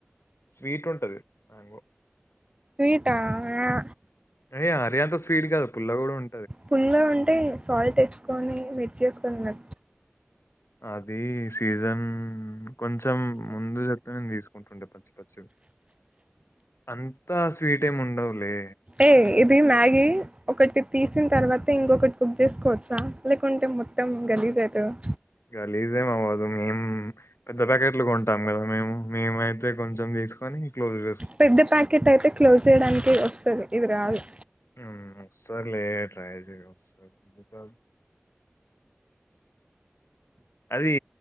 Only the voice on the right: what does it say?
స్వీటా యా
పుల్లగా ఉంటే సాల్ట్ తెచ్చుకొని మిక్స్ చేస్ వున్నా
ఎ ఇది మ్యాగీ ఒకటి తీసిన తర్వాత ఇంకొకటి కుక్ చేసుకోవచ్చా లేకుంటే మొత్తం గలీజ్ అవుతుంది
పెద్ద ప్యాకెట్ అయితే క్లోజ్ చేయడానికి వస్తుంది ఇది రాధు